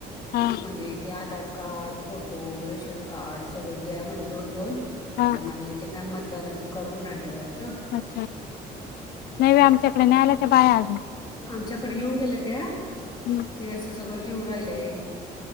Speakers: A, on the left (about 65°); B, on the left (about 25°).
A: हा
B: म ते Aadhaar card photo ration card सगळे द्या म्हणजे दोन दोन
A: हा
B: आणि ते काय म दानाच करून राहिले वाट
A: अच्छा नाहीवे आमच्याकडे न्यायालयाच्या बाहे अजून
B: आमच्याकडे येऊन गेल्या त्या
A: बाई
B: ते असं सगळं लिऊ राहिल आहे